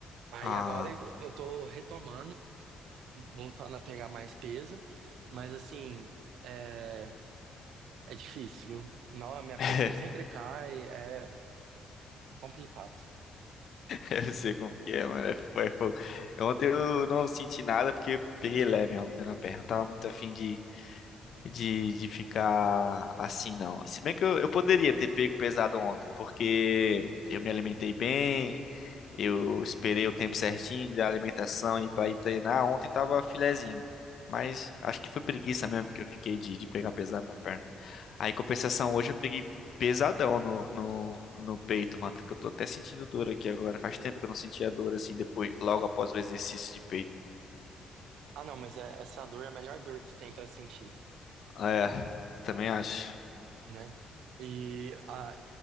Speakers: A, on the right; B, on the left.
A: Aí
B: Ah.
A: agora eu tô retomando. voltando a pegar mais peso, mas assim, é, é difícil, viu? Não, a minha
B: <laughs>
A: pressão sempre cai, é complicado.
B: Eu sei como que é, mano. É fo- é fogo. Ontem eu não senti nada porque peguei leve ontem na perna. Não tava muito afim de, de, de ficar assim, não. Se bem que eu, eu poderia ter pego pesado ontem, porque eu me alimentei bem, eu esperei o tempo certinho da alimentação e para ir treinar. Ontem tava filezinho. Mas acho que foi preguiça mesmo que eu fiquei de, de pegar pesado na perna. Aí, em compensação, hoje eu peguei pesadão no, no, no peito, mano. Que eu tô até sentindo dor aqui agora. Faz tempo que eu não sentia dor assim, depois, logo após o exercício de peito.
A: Ah, não, mas é- essa dor é a melhor dor que tem pra sentir,
B: É, também acho.
A: né? E a,